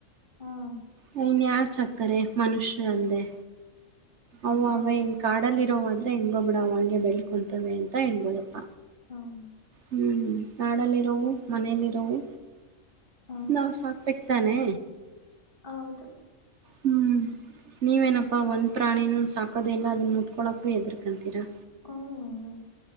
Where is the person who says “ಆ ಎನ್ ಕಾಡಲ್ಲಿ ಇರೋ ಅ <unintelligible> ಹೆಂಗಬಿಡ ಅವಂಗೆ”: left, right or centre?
Right